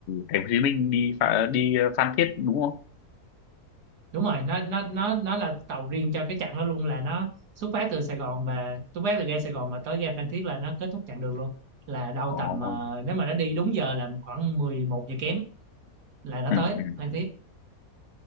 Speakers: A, on the left; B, on the right.
A: thành phố Hồ Chí Minh đi Pha- đi ờ, Phan Thiết đúng không
B: đúng rồi nó nó nó nó là tàu riêng cho cái chặng đó luôn là nó xuất phát từ Sài Gòn và xuất phát từ ga Sài Gòn mà tới ga Phan Thiết là nó kết thúc chặng đường luôn là đâu
A: Ồ.
B: tầm ờ, nếu mà nó đi đúng giờ là khoảng 11 giờ kém là nó
A: ừ.
B: tới
A: ừ.
B: Phan Thiết